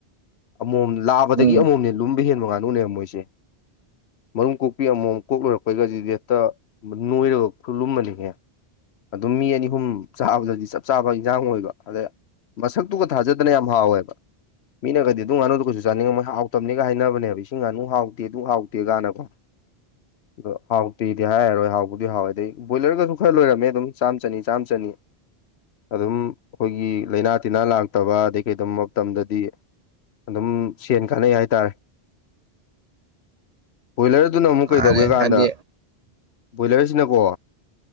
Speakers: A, on the left (about 75°); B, on the right (about 55°).
A: ꯑꯃꯣꯝ ꯂꯥꯛꯕꯗꯒꯤ
B: ꯎꯝ
A: ꯑꯃꯣꯝꯅꯦ ꯂꯨꯝꯕ ꯍꯦꯟꯕ ꯉꯥꯅꯨꯅꯦꯕ ꯃꯣꯏꯁꯦ ꯃꯔꯨꯝ ꯀꯣꯛꯄꯤ ꯑꯃꯨꯃꯝ ꯀꯣꯛ ꯂꯣꯏꯔꯛꯄꯩꯒꯁꯤꯗꯤ ꯍꯦꯛꯇ ꯅꯣꯏꯔꯒ ꯈꯨꯠ ꯂꯨꯝꯃꯅꯤꯉꯦ ꯑꯗꯨꯝ ꯃꯤ ꯑꯅꯤ ꯑꯍꯨꯝ ꯆꯥꯕꯗꯗꯤ ꯆꯞ ꯆꯥꯕ ꯏꯟꯖꯥꯡ ꯑꯣꯏꯕ ꯑꯗ ꯃꯁꯛꯇꯨꯒ ꯊꯥꯖꯗꯅ ꯌꯥꯝ ꯍꯥꯎꯋꯦꯕ ꯃꯤꯅꯒꯩꯗꯤ ꯑꯗꯨꯝ ꯉꯥꯅꯨꯗ ꯀꯩꯁꯨ ꯆꯥꯅꯤꯡꯉ ꯃꯣꯏ ꯍꯥꯎꯇꯕꯅꯤꯒ ꯍꯥꯏꯅꯕꯅꯦꯕ ꯏꯁꯤꯡ ꯉꯥꯅꯨ ꯍꯥꯎꯗꯦ ꯑꯗꯨꯝ ꯍꯥꯎꯇꯦ ꯀꯥꯏꯅꯀꯣ ꯑꯗꯣ ꯍꯥꯎꯇꯤꯗꯤ ꯍꯥꯏꯔꯔꯣꯏ ꯍꯥꯎꯕꯕꯨꯗꯤ ꯍꯥꯎꯋꯦ ꯑꯗꯩ ꯕꯣꯏꯂꯔꯒꯁꯨ ꯈꯔ ꯂꯣꯏꯔꯝꯃꯦ ꯑꯗꯨꯝ ꯆꯥꯝ ꯆꯅꯤ ꯆꯥꯝ ꯆꯅꯤ ꯑꯗꯨꯝ ꯑꯩꯈꯣꯏꯒꯤ ꯂꯩꯥꯏꯅꯥ ꯇꯤꯟꯅꯥ ꯂꯥꯛꯇꯕ ꯑꯗꯩ ꯀꯩꯗꯧ ꯃꯇꯝꯗꯗꯤ ꯑꯗꯨꯝ ꯁꯦꯟ ꯀꯥꯟꯅꯩ ꯍꯥꯏꯇꯥꯔꯦ ꯕꯣꯏꯂꯔꯗꯨꯅ ꯑꯃꯨꯛ
B: ꯃꯥꯅꯦ
A: ꯀꯩꯗꯧꯒꯦ ꯀꯥꯟꯗ
B: ꯍꯥꯏꯗꯤ
A: ꯕꯣꯏꯂꯔꯁꯤꯅꯀꯣ